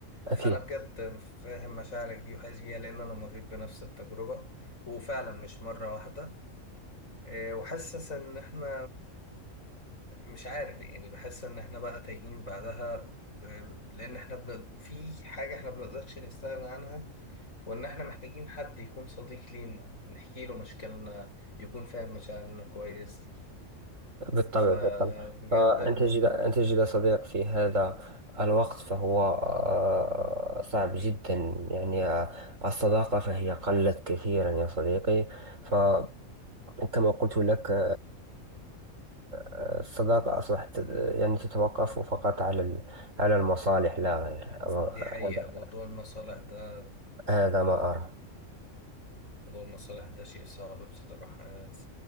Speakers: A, on the right (about 70°); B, on the left (about 75°).
A: أكيد
B: فانا بجد فاهم مشاعرك دي وحاسس بيها لان انا مريت بنفس التجربة وفعلا مش مرة واحدة إيه، وحاسس ان احنا مش عارف يعني بحس ان احنا بقى تايهين بعدها آه، لان احنا بن... في حاجة احنا بنقدرش نستغنى عنها وان احنا محتاجين حد يكون صديق لينا نحكي له مشاكلنا يكون فاهم مشاعرنا كويس
A: بالطبع
B: فبجد
A: بالطبع فأن
B: الموضوع
A: تجد أن تجد صديق في هذا الوقت فهو آه، صعب جدا يعني آه، الصداقة فهي قلت كثيرا يا صديقي ف وكما قلت لك آه، آه، الصداقة أصبحت آه، يعني تتوقف فقط على ال- على المصالح لا غير أما-
B: دي حقيقة
A: هذا
B: موضوع المصالح ده
A: هذا ما أرى
B: موضوع المصالح ده شيء صعب بصراحة